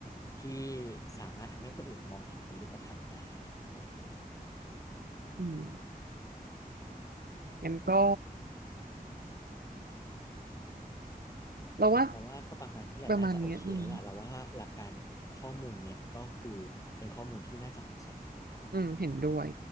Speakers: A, on the left (about 20°); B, on the right (about 75°).
A: ที่สามารถทำให้คนอื่นมองเห็นเป็นรูปธรรมได้อะเออ
B: ๆอืมงั้นก็เราว่า
A: เราว่าก็ประมาณนี้แหละน่าจะโอเคแล้วล่ะเราว่าหลักการข้อมูลเนี่ยก็คือเป็นข้อมูลที่น่าจะเหมาะสม
B: ประมาณนี้อืมอืมเห็นด้วย